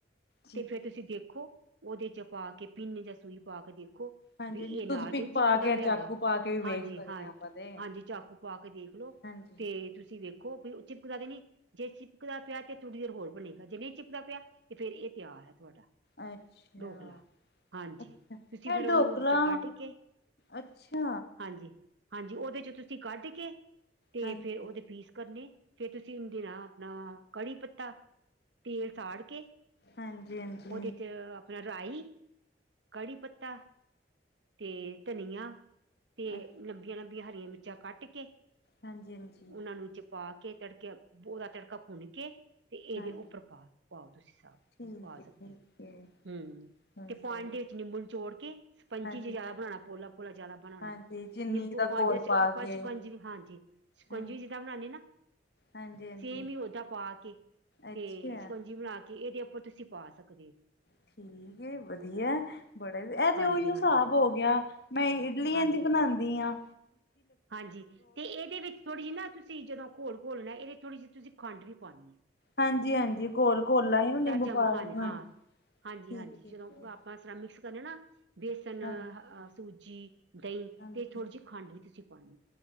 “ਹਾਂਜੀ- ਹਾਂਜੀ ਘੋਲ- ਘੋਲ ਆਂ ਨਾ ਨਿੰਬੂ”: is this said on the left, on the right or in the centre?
Left